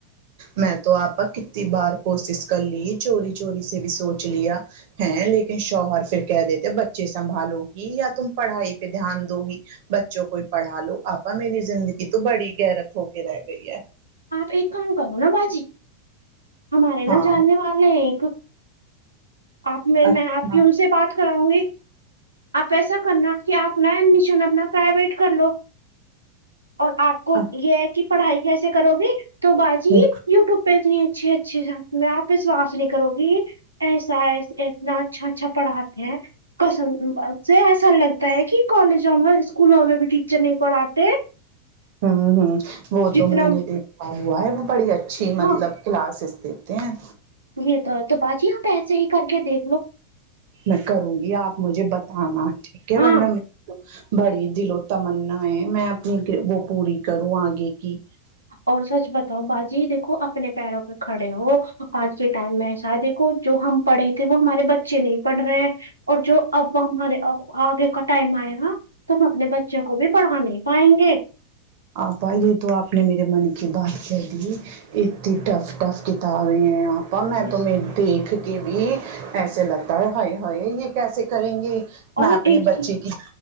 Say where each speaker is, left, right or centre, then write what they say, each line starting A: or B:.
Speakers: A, on the right (about 50°); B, on the right (about 85°).
A: میں تو آپا کتنی بار کوشش کر لی چوری چوری سے بھی سوچ لیا ہیں لیکن شوہر پھر کہہ دیتے بچے سنبھالو گی یا تم پڑھائی پہ دھیان دو گی بچوں کوئی پڑھا لو آپا میری زندگی تو بڑی گیرک ہو کے رہ گئی ہے
B: آپ ایک کام کرو نا باجی ہمارے
A: ہاں
B: نہا جاننے والے ہیں ایک آپ میں میں
A: اچھا
B: آپ کی ان سے بات کراؤں گی آپ ایسا کرنا کہ آپ اپنا ایڈمیشن اپنا پرائیویٹ کر لو اور آپ کو
A: ہ
B: یہ ہے کہ پڑھائی کیسے ہو گے تو باجی
A: ہ
B: یوٹیوب پہ اتنی اچھی اچھی آپ وشواس نہیں کرو گی ایسا ایس اتنا اچھا اچھا پڑھاتے ہیں کسم سے ایسا لگتا ہے کہ کالجوں میں اسکولوں میں بھی ٹیچر نہیں پڑات
A: ہوں ہوں وہ تو
B: جتنا
A: میں نے دیکھا ہوا ہے وہ بڑی اچھی
B: ہاں
A: مطلب کلاسز دیتے ہیں
B: یہ تو ہے تو باجی آپ ایسے ہی کر کے دے
A: میں کروں گی آپ مجھے بتانا ٹھیک ہے
B: ہاں
A: ورنہ بڑی دل و تمنا ہے میں اپنی وہ پوری کروں آگے کی
B: اور سچ بتاؤ باجی دیکھو اپنے پیروں پہ کھڑے ہو آج کے ٹائم میں دیکھو جو ہم پڑے تھے وہ ہمارے بچے نہیں پڑھ رہے ہیں اور جو اب ہمارے آگے کا ٹائم آئے گا تو ہم اپنے بچوں کو بھی پڑھا نہیں پائیں گے
A: آپا یہ تو آپ نے میرے من کی بات کہ دی اتنی ٹف ٹف کتابیں ہیں آپ میں
B: بس۔
A: تمہیں دیکھ کے بھی ایسے لگتا ہے ہائے ہائے یہ کیسے کریں گے میں
B: اور
A: اپنے
B: ایک
A: بچے
B: چیز
A: کی